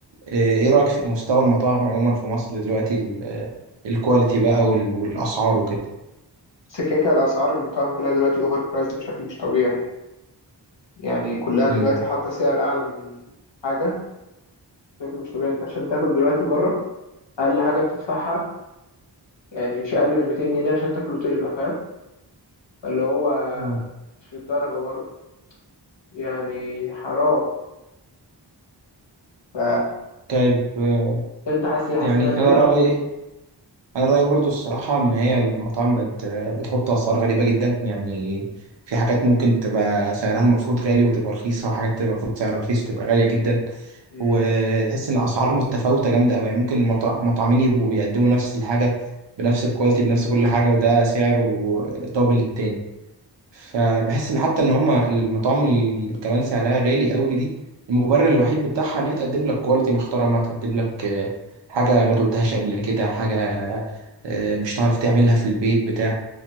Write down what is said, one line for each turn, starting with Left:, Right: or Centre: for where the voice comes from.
Right: آه، ايه رأيك في مستوى المطاعم عموما في مصر دلوقتي ال- الكواليتي بقى وال- والأسعار وكده
Left: بس كده كده الاسعار المطاعم كلها دلوقتي اوفر برايسد بشكل مش طبيعي يعني كلها
Right: مم.
Left: دلوقتي حاطه سعر اعلى من الحاجه بشكل مش طبيعي انت عشان تاكل دلوقتي بره اقل حاجه بتدفعها يعني مش اقل من 200 جنيه عشان تاكل وتشبع فاهم اللي هو
Right: مم.
Left: مش للدرجه برضه يعني حرام ف...
Right: طيب آه،
Left: انت حاسس حاسس
Right: يعني
Left: انها
Right: انا
Left: غاليه
Right: رأيي
Left: ولا
Right: انا رأيي برضو الصراحة ان هي المطاعم بت بتحط اسعار غريبة جدا يعني في حاجات ممكن تبقى سعرها المفروض غالي وتبقى رخيصة وحاجات تبقى المفروض سعرها رخيص وتبقى غالية جدا
Left: مم.
Right: وتحس ان اسعار متفاوتة جامدة قوي يعني ممكن المطا- المطعمين يبقوا بيقدموا نفس الحاجة بنفس الكواليتي بنفس كل حاجة وده سعره دبل التاني فبحس ان حتى ان هما المطاعم اللي كمان سعرها غالي قوي دي المبرر الوحيد بتاعها ان هي تقدم لك كواليتي محترمه تقدم لك آه، حاجه ما دقتهاش قبل كده حاجه آه، مش هتعرف تعملها في البيت بتاع